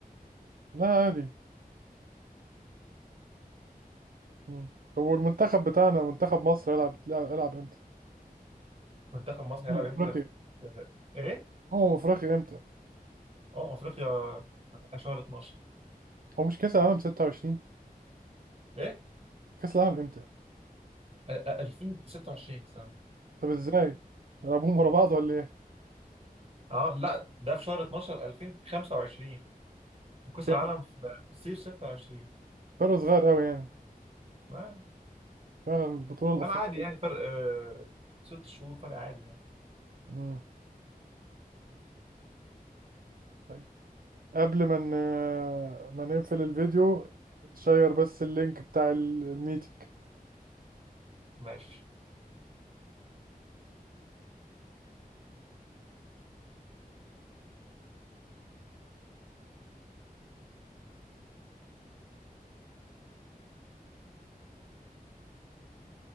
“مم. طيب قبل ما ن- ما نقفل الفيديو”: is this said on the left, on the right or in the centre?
Right